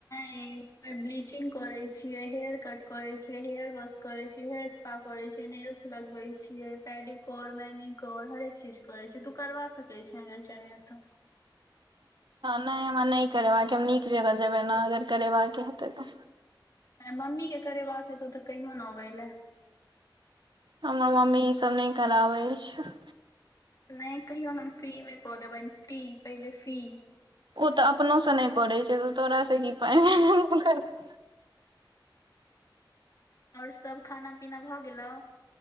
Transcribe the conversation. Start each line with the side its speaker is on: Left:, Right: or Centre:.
Left: ऐं नहि ब्लीचिंग करय छियै, हेयर कट करय छियै, हेयर वॉश करय छीयै, हेयर स्पा करय छीयै, नेल्स लगबै छियै। पेडीक्योर-मैनीक्योर हरेक चीज करय छियै तु करबा सकय छै, अगर चाहे त।
Right: नय हमरा नय करेबाक य, हम नीक जगह जेबै ने अगर करेबाके हेतै त।
Left: भाय मम्मी के करेबाक हेतो त कहियोन अबय लै।
Right: हमर मम्मी ईसब नहि कराबै छै।
Left: नहि कहियोन हम फ्री मे कऽ देबनि, फ्री पहिले फ्री।
Right: ओत अपनोसँ नय करैय छै, तऽ तोरासँ की पाइ <unintelligible>
Left: और सब खाना पीना भ गेलो।